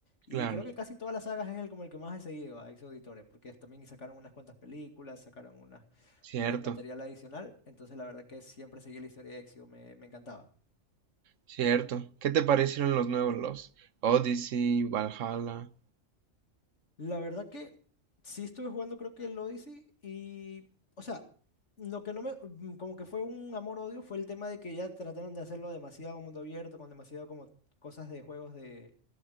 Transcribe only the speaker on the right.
claro,
cierto.
Cierto. ¿Qué te parecieron los nuevos, los Odyssey, Valhalla?